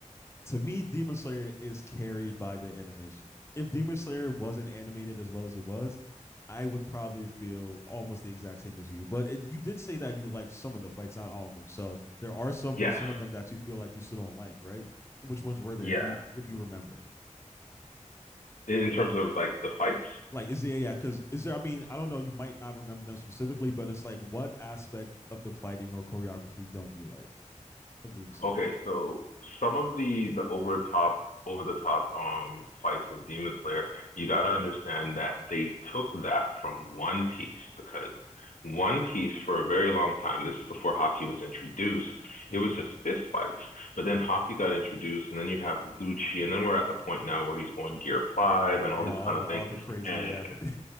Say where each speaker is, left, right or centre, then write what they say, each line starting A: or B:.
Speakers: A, on the left; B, on the left.
A: to me, Demon Slayer is carried by the animation. If Demon Slayer wasn't animated as well as it was, I would probably feel almost the exact same as you. But it, you did say that you liked some of the fights, not all of them. So there are some
B: Yes,
A: some of them that you feel like you still don't like, right? Which ones were there,
B: yes.
A: if you if you remember?
B: in, terms of like the fights.
A: Like, is there yeah? Because is there? I mean, I don't know. You might not remember them specifically, but it's like, what aspect of the fighting or choreography don't you like of Demon Slayer?
B: Okay, so some of the the over top over the top um fights in Demon Slayer, you got to understand that they took that from One Piece because One Piece for a very long time, this is before hockey was introduced, it
A: Mm-hmm.
B: was just fist fights. But
A: Yeah,
B: then hockey got introduced, and then you have Lucci, and then we're at the point now where he's going Gear Five and
A: yeah.
B: all these
A: All
B: kind
A: the
B: of
A: all
B: things.
A: the crazy.
B: And
A: Yeah, <laughs>